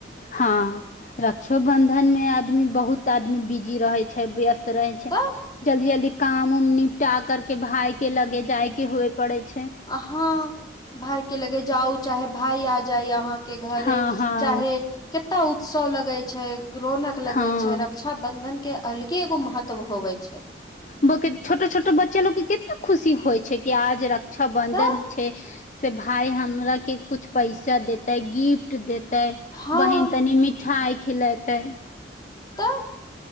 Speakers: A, on the left; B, on the left.
A: हँ रक्षोबन्धन मे आदमी बहुत आदमी बिजी रहै छै व्यस्त स्त रहय छैय
B: तऽ
A: जल्दी जल्दी काम उम निपटा कर के भाय के लगे जाय के होय पड़े छै
B: आ हाँ भाय के लगे जाउ चाहे भाय आ जाय ये अहाँ के घरे
A: हँ हँ
B: चाहे केतना उत्सव लगय छै रौनक लगय
A: हँ
B: छै रक्ष बंधन के अलगे एगो महत्व होवे छै
A: बाकी छोटो छोटो बच्चे लोग के केतना खुशी होय छै की आज रक्षा बंधन
B: तऽ
A: छैय से भाय हमरा के कुछ पैसा देतय गिफ्ट देत तै
B: हँ
A: बहीन तनी मिठाई खिलेतय
B: तऽ